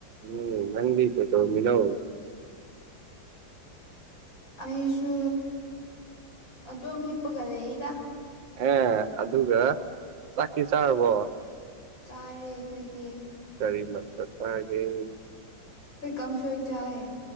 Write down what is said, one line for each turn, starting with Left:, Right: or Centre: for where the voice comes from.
Right: ꯎꯝ ꯅꯪ ꯣꯏ ꯇꯃꯤꯅꯣ
Left: ꯑꯩꯁꯨ ꯑꯗꯨꯝ ꯍꯤꯞꯄꯒ ꯂꯩꯗ
Right: ꯑꯦ ꯑꯗꯨꯒ ꯆꯥꯛꯀꯤ ꯆꯥꯔꯕꯣ
Left: ꯆꯥꯔꯦ ꯑꯩꯈꯣꯏꯗꯤ
Right: ꯀꯔꯤꯃ ꯍꯥꯏꯦ
Left: ꯑꯩꯈꯣꯏ ꯀꯥꯡꯁꯣꯣꯏ ꯆꯥꯦ